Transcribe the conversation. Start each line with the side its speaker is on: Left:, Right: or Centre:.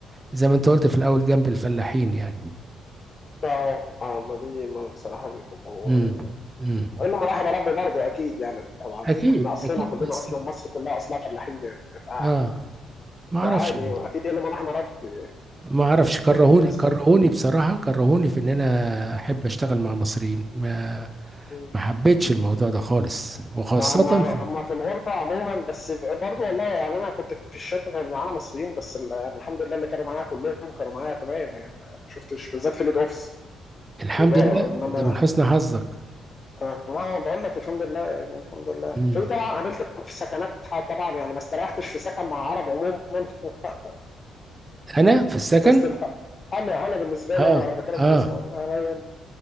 Right: زي ما انت قلت في الاول جنب الفلاحين يعني
Left: اه اه ما دي ما بصراحة بيبقوا
Right: امم امم
Left: الا ما رحم ربي برضه اكيد يعني طبعا إن
Right: اكيد
Left: احنا اصلنا
Right: اكيد
Left: كلنا
Right: بس
Left: اصلا مصر كلها اصلا فلاحين يعني ف-
Right: اه ما اعرفش
Left: فعادي
Right: والله
Left: اكيد الا ما رحم ربي
Right: ما اعرفش كرهوني
Left: في اكيد في ناس
Right: كرهوني
Left: كويسه
Right: بصراحه كرهوني في ان انا احب اشتغل مع مصريين ما
Left: مم.
Right: ما حبيتش الموضوع ده خالص وخاصه
Left: ما ما ما في الغربة عموما بس برضو والله يعني أنا كنت في الشركة كان معانا مصريين بس ال- يعني الحمد لله اللي كانوا معايا كلهم كانوا معايا تمام يعني ما شفتش بالذات في الإيد أوفيس
Right: في الحمد
Left: في الإدارة
Right: لله
Left: إنما
Right: ده من حسن حظك
Left: أنا ما بقول لك الحمد لله يعني الحمد لله
Right: امم
Left: في طبعا قابلت في سكنات ح- طبعا يعني ما استريحتش في سكن مع عرب عموما <laughs>
Right: انا في السكن
Left: بس الح- أنا أنا بالنسبة
Right: اه
Left: لي أنا بتكلم
Right: اه
Left: بس أنا يعني